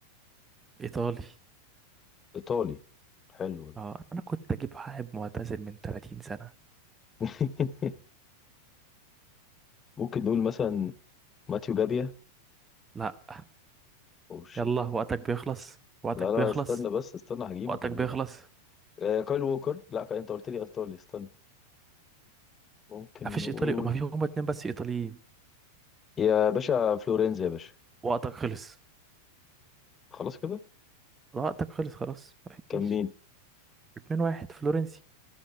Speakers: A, on the right (about 15°); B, on the left (about 20°).
A: ايطالي
B: ايطالي حلو ده
A: اه انا كنت اجيب واحد معتزل من 30 سنة
B: <laughs> ممكن نقول مثلا ماتيو جابيا
A: لا
B: او شيت
A: يلا وقتك بيخلص وقتك
B: لا لا
A: بيخلص
B: استنى بس استنى هجيبه
A: وقتك
B: والله
A: بيخلص
B: آه كايل ووكر لا كايل انت قلت لي ايطالي استنى ممكن
A: مفيش
B: نقول
A: ايطالي ما في هما اتنين بس ايطاليين
B: يا باشا فلورينز يا باشا
A: وقتك خلص
B: خلاص كده
A: وقتك خلص خلاص مفيش
B: كان مين
A: اتنين واحد فلورنسي